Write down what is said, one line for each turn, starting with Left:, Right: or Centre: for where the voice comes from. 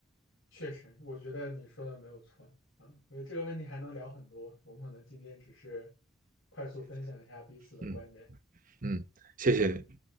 Left: 确实，我觉得你说的没有错啊。我觉得这个问题还能聊很多，我们可能今天只是快速分享一下彼此的观点。
Right: 嗯嗯，谢谢你。